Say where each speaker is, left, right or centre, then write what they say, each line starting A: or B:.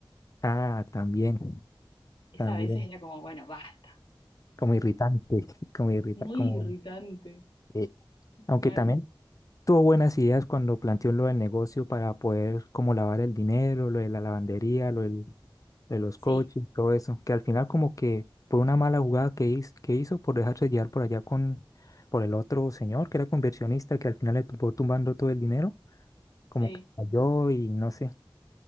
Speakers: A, on the left (about 40°); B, on the left (about 80°).
A: ah, también,
B: Esa
A: también,
B: a veces era como, bueno, basta.
A: como irritante, <laughs> como irrita,
B: Muy
A: como,
B: irritante,
A: eh, aunque
B: mal.
A: también tuvo buenas ideas cuando planteó lo del negocio para poder como lavar el dinero, lo de la lavandería, lo del- de los
B: Sí,
A: coches, todo eso, que al final como que por una mala jugada que hizo, que hizo por dejarse llevar por allá con por el otro señor que era conversionista que al final le tuvo tumbando todo el dinero, como
B: sí.
A: que cayó y no sé.